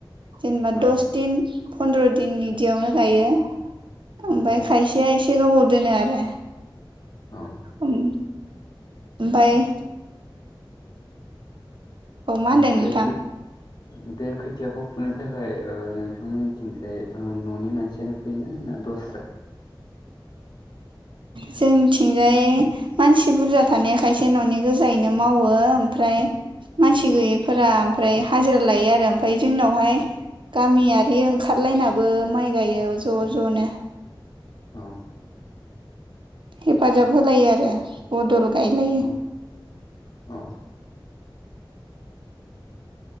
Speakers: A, on the right; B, on the left.
A: जेनेबा
B: औ
A: दस दिन पन्द्र' दिन बिदियावनो गायो ओमफ्राय
B: नंगौ
A: खायसे या एसे गोबाव दोनो आरो
B: औ
A: उम ओमफ्राय औ मा होनदों
B: उम आमफाय
A: नोंथां
B: खो ओम बे खोथियाखौ फुनो थाखाय ओ नोंथांमोनथिंसाय ओ न'नि मानसियानो फुयोना ना दस्रा
A: जोंथिंजाय मानसि बुरजा थानाया खायसे न'नि गोजायैनो मावो ओमफ्राय मानसि गैयैफोरा ओमफ्राय हाजिरा लायो आरो ओमफ्राय जोंनावहाय गामियारि ओंखारलायनाबो माइ गायो ज' ज'नो
B: औ
A: हेफाजाब होलायो आरो बदल गायलाय
B: औ औ